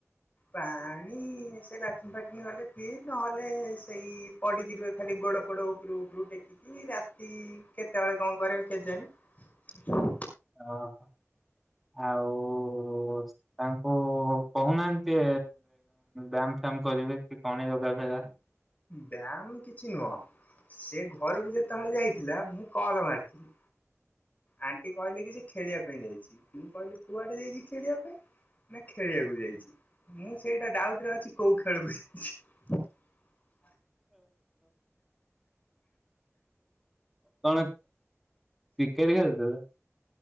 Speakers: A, on the left; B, in the centre.
A: ପାଣି ସେ ଲାଟୁନୀ ଫାଟୁନୀ ଗଲେ ପିଇ ନହେଲେ ସେଇ ପଡିକି ରୁହେ ଖାଲି ଗୋଡ ପୋଡ ଉପରୁ ଉପରୁ ଟେକିକି ରାତି କେତେବେଳେ କଣ କର କେେଜାଣି
B: ଓହୋ ଆଉ ତାଙ୍କୁ କହୁନାହାନ୍ତି ବାମ ଫାମ କରିବେ କି କଣ ଯୋଗା ଫଗା
A: ବ୍ୟାୟାମ କିଛି ନୁହଁ ସେ ଘରକୁ ଯେତେବେଳେ ଯାଇଥିଲା ମୁଁ କଲ ମାରିଥିଲି ଆଣ୍ଟି କହିଲେ କି ସେ ଖେଳିବା ପାଇଁ ଯାଇଛି ମୁୁ କହିଲି କୁଆଡେ ଯାଇଛି ଖେଳିବା ପାଇଁ ନା ଖେଳିବାକୁ ଯାଇଛି। ମୁଁ ସେଇଟା ଡାଉଟ ରେ ଅଛି କୋଉ ଖେଳକୁ ଯାଇଛି। ହ।
B: କଣ କ୍ରିକେଟ ଖେଳ ତ